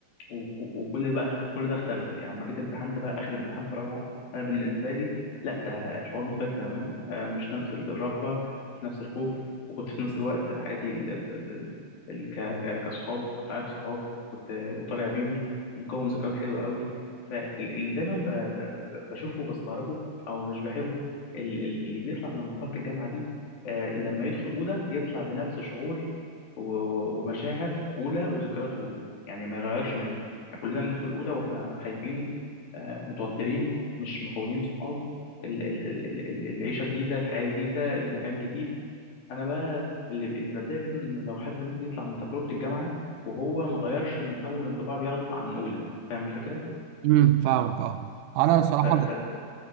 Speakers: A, on the left (about 75°); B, on the right (about 80°).
A: وك- وكل ده بقى اخت- كل ده اختلف يعني لما جيت امتحنت بقى اخر امتحان في روعه انا بالنسبه لي لا ده شعور مختلف تماما آه، مش نفس الرهبه مش نفس الخوف وكنت في نفس الوقت حياتي ال... ال... ال... ال... ك... ك... كصحاب كنت عارف صحاب كنت وطالع بيهم ومكون ذكريات حلوه قوي فاللي دايما ب... ب... بشوفه وبستغربه او مش بحبه ال... ال- اللي بيطلع من مرحله الجامعه دي آه، لما يدخل اولى يطلع بنفس شعور و... و- ومشاعر اولى وذكريات اولى يعني ما يغيرش منها يعني كلنا بندخل الاولى واحنا خايفين آه، متوترين مش مكونين صحاب ال- ال- ال- ال- العيشه جديده الحياه جديده المكان جديد انا بقى اللي اللي بتضايق منه ان لو حد ممكن يطلع من تجربه الجامعه وهو ما غيرش من اول انطباع بياخده عن اولى فاهم الفكره
B: امم فاهمك اه انا صراحه
A: ف- فكمل